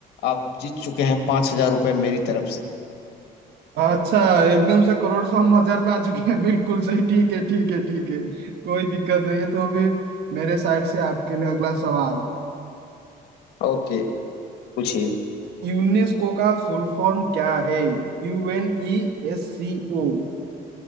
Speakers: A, on the left; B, on the right.
A: आप जीत चुके हैं पांच हजार रुपये मेरी तरफ से
B: अच्छा एकदम से करोड़ सौ हम हजार पे आ चुके हैं बिल्कुल सही ठीक है ठीक है ठीक है कोई दिक्कत नहीं है तो फिर मेरे साइड से आपके लिए अगला सवाल
A: ओके पूछिए
B: यूनेस्को का फुल फॉर्म क्या है U N E S C O